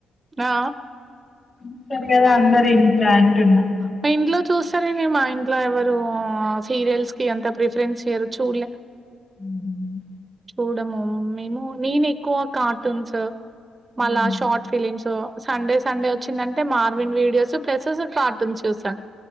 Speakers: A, on the right; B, on the left.
A: ఆ!
B: ఉంటారు కదా అందరు ఇంట్లో అంటున్నా
A: మా ఇంట్లో చూస్తార మా ఇంట్లో ఎవరు సీరియల్స్ కి ఎంత ప్రిఫరెన్స్ చేయ్యరు చూడలే
B: మ్ హు
A: చూడము మేము నేను ఎక్కువ కార్టూన్స్ మళ్ళా
B: హ్మ్.
A: షార్ట్ ఫిలిమ్స్ సండే సండే వచ్చిందంటే మార్విన్ వీడియోస్ ప్లేస్ కార్టూన్ చూస్తాను